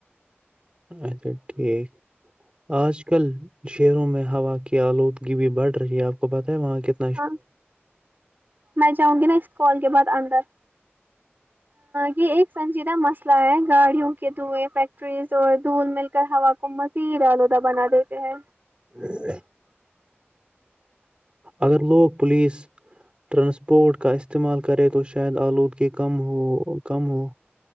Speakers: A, on the right; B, on the right.
A: اچھا ٹھیک آج کل شہروں میں ہوا کی آلودگی بھی بڑھ رہی ہے آپ کو بتائیں وہاں کت
B: ہاں میں جاؤں گی نا اس کال کے بعد اندر یہ ایک سنجیدہ مسئلہ ہے گاڑیوں کے دھوئیں فیکٹریز اور دھول مل کر ہوا کو مزید آلودہ بنا دیتے ہیں
A: ہ اگر لوگ پلیس ٹرانسپورٹ کا استعمال کرے تو شاید آلودگی کم ہو کم ہو